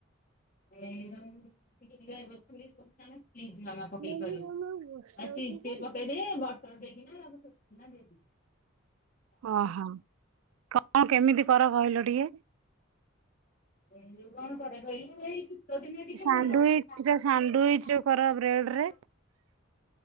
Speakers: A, on the left (about 40°); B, on the right (about 80°).
A: <inaudible> ପକେଇ କରିବୁ ଆଉ ଚିିନି
B: ମମି ମମି ବର୍ଷା
A: ପକେଇଦି
B: ହଉଛି କି?
A: ବର୍ଟର ଦେଇକିନା ଦେଇ
B: ଓହୋ କଣ କେମିତି କର କହିଲ ଟିକେ।
A: ଏ କଣ କରେ କହିଲୁ ମୁଁ ଏଇଠି ତୋ ଦିନ ଟିକେ
B: ସାଣ୍ଡୱିଚ
A: ଭଲ <unintelligible>
B: ଟା ସାଣ୍ଡୱିଚ ଯୋଉ କର ବ୍ରେଡ ରେ
A: ଆଜି କଣ